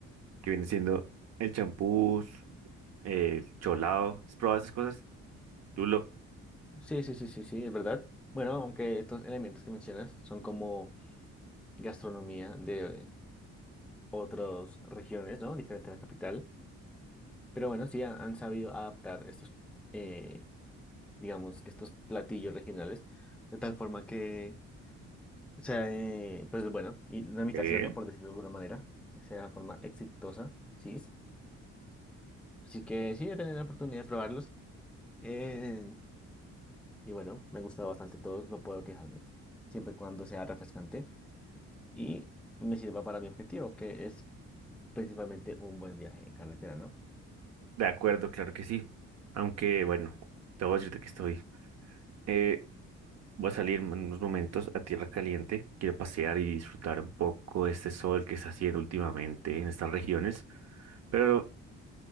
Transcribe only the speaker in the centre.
Sí, sí, sí, sí, sí, es verdad. Bueno, aunque estos elementos que mencionas son como gastronomía de eh, otras regiones, ¿no? Diferente a la capital. Pero bueno, sí han, han sabido adaptar estos, eh, digamos, que estos platillos regionales de tal forma que sea, eh, pues bueno, y una imitación,
¿no? Por decirlo de alguna manera, que sea de forma exitosa, ¿sí? Así que sí, he tenido la oportunidad de probarlos. eh, y bueno, me han gustado bastante todos, no puedo quejarme, siempre y cuando sea refrescante. y me sirva para mi objetivo, que es principalmente un buen viaje en carretera, ¿no?